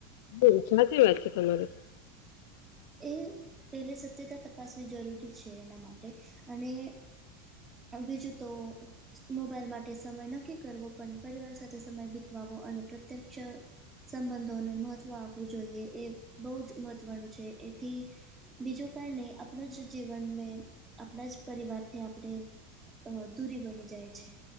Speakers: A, on the left (about 75°); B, on the right (about 15°).
A: બહુ સાચી વાત છે તમારી.
B: એ પહેલે સત્યતા તપાસવી જરૂરી છે એના માટે અને આમ બીજું તો મોબાઈલ માટે સમય નક્કી કરવો પણ પરિવાર સાથે સમય બીતવાવો અને પ્રત્યક્ષ સંબંધોને મહત્ત્વ આપવું જોઈએ એ બહુ જ મહત્વનું છે એથી બીજું કઈ નહીં આપનું જ જીવન મે આપણા જ પરિવારથી આપણે અહ અધૂરી બની જાય છે.